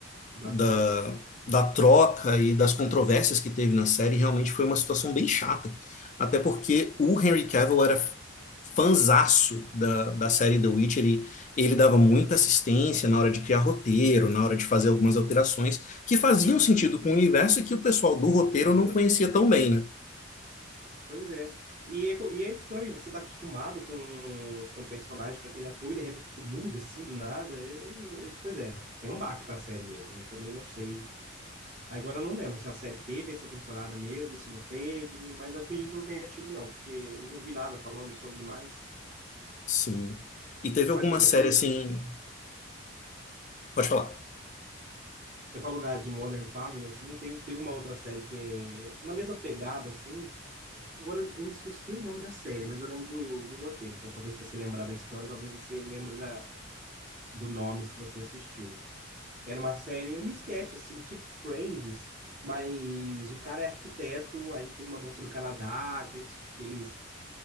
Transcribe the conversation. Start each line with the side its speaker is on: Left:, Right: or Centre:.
Right: da
Left: da,
Right: troca, né?
Left: da troca e das controvérsias que teve na série, realmente foi uma situação bem chata. Até porque o Henry Cavill era fanzaço da, da série The Witcher e ele dava muita assistência na hora de criar roteiro, na hora de fazer algumas alterações que faziam sentido com o universo e que o pessoal do roteiro
Right: Ah,
Left: não
Right: é?
Left: conhecia tão bem, né?
Right: Pois é. E é, co- e é estranho, você tá acostumado com, com o personagem, com aquele ator, e de repente muda assim do nada. É- é- pois é, é um baque pra série mesmo. Eu também não sei. Agora eu não lembro se a série teve essa temporada mesmo, se não teve, mas acredito que não tenha tido, não, porque eu não vi nada falando sobre mais.
Left: Sim. E teve alguma
Right: Mas você
Left: série
Right: falou,
Left: assim. Pode falar.
Right: você falou da, de Modern Family, assim, teve, teve uma outra série que é na mesma pegada, assim. Agora eu me esqueci o nome da série, mas eu lembro do, do roteiro. Então talvez se você lembrar da história, talvez você lembre da do nome se você assistiu. Era uma série, um sketch, assim, tipo Friends, mas o cara é arquiteto, aí tem uma moça do Canadá, que eles, que eles